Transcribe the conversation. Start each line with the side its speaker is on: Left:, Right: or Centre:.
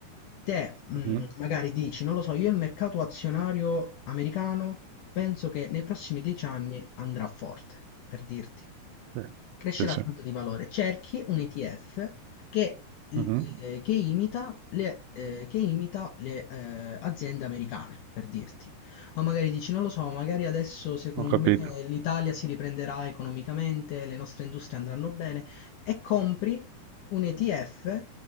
Left: te mh,
Right: Mh-mh.
Left: magari dici, non lo so, io il mercato azionario americano penso che nei prossimi dieci anni andrà forte, per dirti
Right: Sì.
Left: crescerà
Right: Sì, sì.
Left: tanto di valore. Cerchi un ETF che, eh,
Right: Mh-mh.
Left: che imita le, eh, che imita le eh, aziende americane, per dirti. O magari dici, non lo so, magari adesso secondo
Right: Ho capito.
Left: me l'Italia si riprenderà economicamente, le nostre industrie andranno bene, e compri un ETF